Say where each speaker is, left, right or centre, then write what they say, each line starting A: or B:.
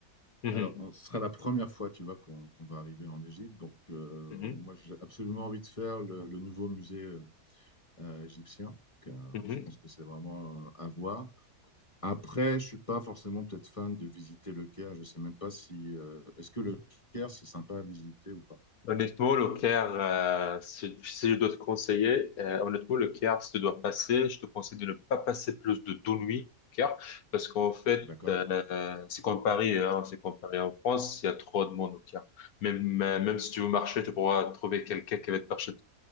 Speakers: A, on the left (about 75°); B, on the left (about 25°).
A: mhm,
B: Alors, on, ce sera la première fois, tu vois, qu'on qu'on va arriver en Égypte. Donc, euh,
A: mhm,
B: moi, j'ai absolument envie de faire le, le nouveau musée euh, euh, égyptien. Donc, euh,
A: mhm.
B: je pense que c'est vraiment euh, à voir. Après, je ne suis pas forcément peut-être fan de visiter le Caire. Je ne sais même pas si Euh, est-ce que le Caire c'est sympa à visiter ou pas.
A: Honnêtement, le Caire, euh, si, si je dois te conseiller, euh, honnêtement, le Caire, si tu dois passer, je te conseille de ne pas passer plus de deux nuits au Caire, parce qu'en fait,
B: D'accord,
A: euh, c'est comme Paris, hein, c'est comme Paris en France, il y a trop de monde au Caire. Même, euh, même si tu veux marcher, tu pourras trouver quelqu'un qui va te marcher